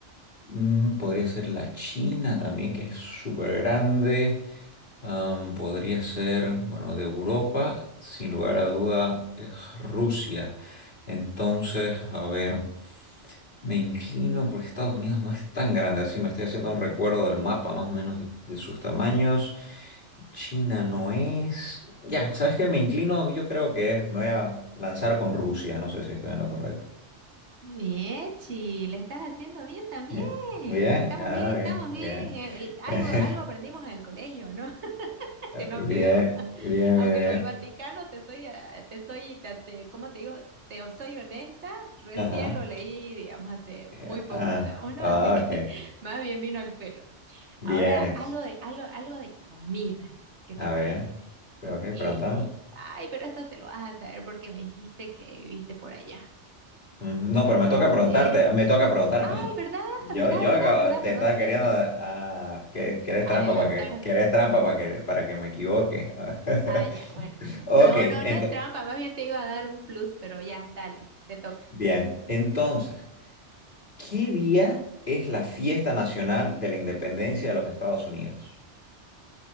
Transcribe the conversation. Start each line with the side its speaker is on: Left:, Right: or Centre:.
Left: Mm, podría ser la China también, que es súper grande. Am, podría ser, bueno, de Europa, sin lugar a duda, es Rusia. Entonces, a ver. Me inclino porque Estados Unidos no es tan grande así. Me estoy haciendo un recuerdo del mapa más o menos de, de sus tamaños. China no es. Ya, ¿sabes qué? Me inclino, yo creo que es. Me voy a lanzar con Rusia. No sé si estoy en lo correcto.
Right: Viechi, le estás haciendo bien también.
Left: Eh, Bien,
Right: Estamos
Left: ah,
Right: bien,
Left: bien,
Right: estamos bien.
Left: bien.
Right: El-
Left: <laughs>
Right: algo,
Left: Exa-
Right: algo aprendimos en el colegio, ¿no? <laughs> Se nos
Left: Bien,
Right: quedó. <laughs>
Left: bien,
Right: Aunque
Left: bien, bien.
Right: lo del Vaticano, te soy, ah, te soy, te, te- ¿cómo te digo? Te soy honesta, recién
Left: Ajá.
Right: lo leí, digamos, hace
Left: Eh,
Right: muy poco,
Left: Ah,
Right: digamos, ¿no?
Left: ah,
Right: Así que
Left: ok.
Right: <laughs> más bien vino al pelo.
Left: Bien,
Right: Ahora, algo
Left: ex-
Right: de, algo, algo de comida, ¿qué te
Left: a
Right: parece?
Left: ver. Pues, Ok,
Right: Y,
Left: pregúntame.
Right: y- ay, pero esto te lo vas a saber porque me dijiste que viviste por allá.
Left: Mm, No,
Right: ¿Dónde?
Left: pero me toca preguntarte, me toca preguntar a
Right: Ay,
Left: mí.
Right: ¿verdad?
Left: Yo,
Right: ¿Verdad?
Left: yo
Right: ¿Verdad?
Left: acabo-
Right: ¿Verdad?
Left: te
Right: Perdón.
Left: estaba queriendo ah, que, que eres trampa
Right: Adelantar.
Left: para que, que eres trampa para que, para que me equivoque. <laughs>
Right: Ah, ya, bueno. No,
Left: Ok,
Right: no,
Left: entonces.
Right: no es trampa. Más bien te iba a dar un plus, pero ya, dale, te toca.
Left: Bien, entonces, ¿qué día es la fiesta nacional de la independencia de los Estados Unidos?